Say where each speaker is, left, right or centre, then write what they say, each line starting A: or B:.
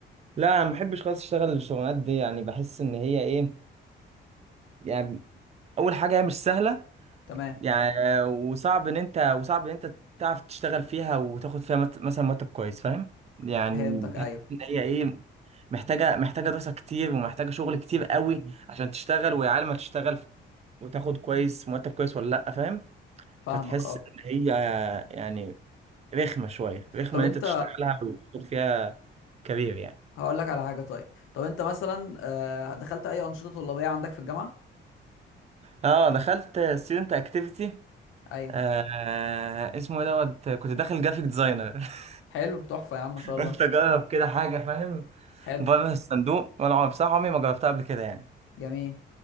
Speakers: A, on the right (about 35°); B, on the left (about 85°).
A: لا انا ما بحبش خالص اشتغل الشغلانات دي يعني بحس ان هي ايه يعني اول حاجه هي مش سهله
B: تمام
A: يعني وصعب ان انت وصعب ان انت تعرف تشتغل فيها وتاخد فيها مت- مثلا مرتب كويس فاهم يعني
B: فهمتك ايوه
A: تحس ان هي ايه محتاجه محتاجه دراسه كتير ومحتاجه شغل كتير قوي عشان تشتغل ويا عالم هتشتغل وتاخد كويس مرتب كويس ولا لا فاهم
B: فاهمك
A: فتحس
B: اه
A: ان هي يعني رخمه شويه رخمه
B: طب
A: ان
B: انت
A: انت تشتغلها وتاخد فيها كبير يعني
B: هقول لك على حاجة طيب طب انت مثلا آه، دخلت اي أنشطة طلابية عندك في الجامعة
A: اه دخلت ستودنت اكتيفيتي
B: ايوه
A: آه اسمه ايه دوت كنت داخل جرافيك ديزاينر <laughs>
B: حلو تحفة يا عم ما شاء الله
A: قلت اجرب كده حاجه فاهم
B: حلو
A: بره الصندوق وانا بصراحه عمري ما جربتها قبل كده يعني
B: جميل